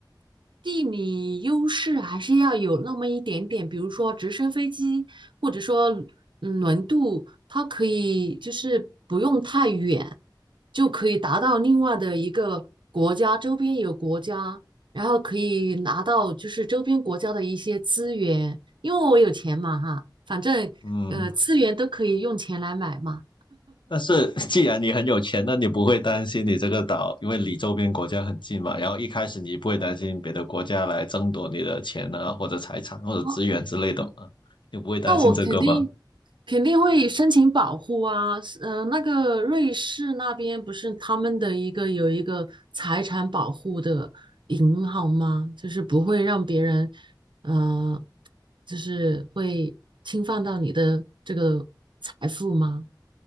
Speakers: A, on the right; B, on the left.
A: 地理优势还是要有那么一点点，比如说直升飞机，或者说嗯轮渡，它可以就是不用太远，就可以达到另外的一个国家，周边有国家，然后可以拿到就是周边国家的一些资源，因为我有钱嘛哈，反正呃资源都可以用钱来买嘛。
B: 嗯，但是 <laughs> 既然你很有钱，那你不会担心你这个岛，因为离周边国家很近嘛。然后一开始你不会担心别的国家来争夺你的钱啊，或者财产或者资源之类的嘛？
A: 哦
B: 你不会担心这个吗？
A: 那我肯定肯定会申请保护啊，呃，那个瑞士那边不是他们的一个有一个财产保护的银行吗？就是不会让别人，呃，就是会侵犯到你的这个财富吗？